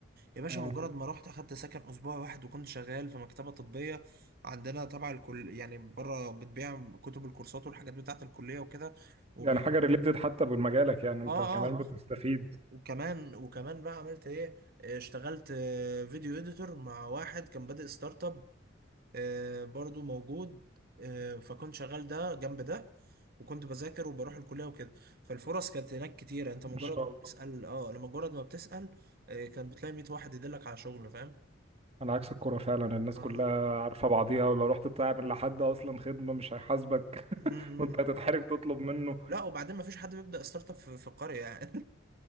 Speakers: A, on the right; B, on the right.
A: يا باشا
B: اه
A: مجرد
B: انت
A: ما رحت اخدت سكن اسبوع واحد وكنت شغال في مكتبة طبية عندنا تبع الكل يعني بره بتبيع كتب الكورسات والحاجات بتاعة الكلية وكده وب...
B: يعني حاجه ريليتد حتى بمجالك يعني انت
A: اه
B: كمان
A: اه
B: اه بتستفيد
A: وكمان وكمان بقى عملت ايه آه، اشتغلت آه، فيديو اديتور مع واحد كان بادئ ستارت اب آه، برضو موجود آه، فكنت شغال ده جنب ده وكنت بذاكر وبروح الكلية وكده فالفرص كانت هناك كتيرة انت
B: ما
A: مجرد
B: مم. شاء
A: ما
B: الله
A: بتسأل اه لما مجرد ما بتسأل آه، كان بتلاقي 100 واحد يدلك على شغل فاهم
B: انا عكس الكوره فعلا الناس
A: آه،
B: كلها
A: آه.
B: عارفه بعضيها ولو رحت تعمل لحد اصلا خدمه مش هيحاسبك
A: م-
B: <laughs>
A: م-
B: وانت هتتحرج
A: م.
B: تطلب منه
A: لا وبعدين ما فيش حد بيبدأ ستارت اب في في القرية يعني